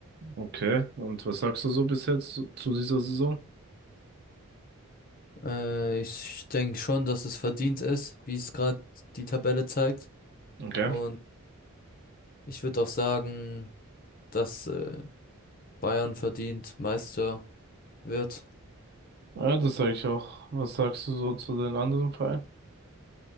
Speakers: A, on the right; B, on the left.
A: Okay. Und was sagst du so bis jetzt zu zu dieser Saison?
B: Äh, ich denke schon, dass es verdient ist, wie es gerade die Tabelle zeigt.
A: Okay.
B: Und ich würde auch sagen, dass äh, Bayern verdient Meister wird.
A: Ja, das sage ich auch. Was sagst du so zu den anderen Vereinen?